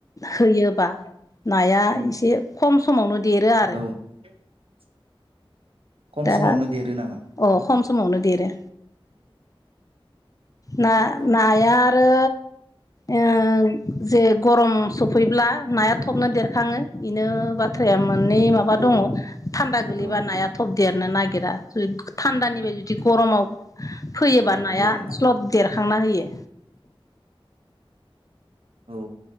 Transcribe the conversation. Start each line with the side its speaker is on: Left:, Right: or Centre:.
Left: होयोबा नाया
Right: औ
Left: एसे खम समावनो देरो आरो।
Right: औ <inaudible> खम
Left: दा
Right: समावनो देरो नामा नोंथां?
Left: अ' खम समावनो देरो। ना-नाया
Right: औ
Left: आरो ओ जे गरम सफैब्ला नाया थबनो देरखाङो। इनो बाथ्राया मोननै माबा
Right: औ
Left: दङ' थान्दा गोलैबा
Right: औ
Left: नाया थब देरनो नागिरा जु थान्दानिफाय जुदि गरमाव फैयोबा
Right: अ
Left: नाया
Right: बिदि आरोना
Left: स्लद देर खांना होयो।
Right: औ